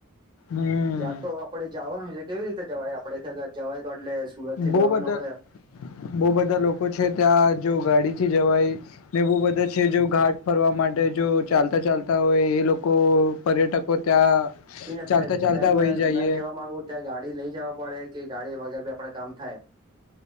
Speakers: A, on the left; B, on the right.
A: હમ
B: ત્યાં તો આપડે જવાનું કેવી રીતે જવાય? આપડે ત્યાં જવાય તો એટલે સુરત થી
A: બવ
B: જવાનું
A: બધા
B: હોય
A: બહુ બધા લોકો છ છે ત્યાં જો ગાડીથી જવાય ને બવ બધા છે જો ઘાટ ફરવા માટે જો ચાલતા ચાલતા હોય એ લોકો પર્યટકો ત્યાં
B: <inaudible> એમ
A: ચાલતા ચાલતા
B: મે
A: વહી જઈએ
B: મેં કેવા માંગુ ત્યાં ગાડી લઈ જવા પડે કે ગાડી વગેર <unintelligible> આપણે કામ થાય?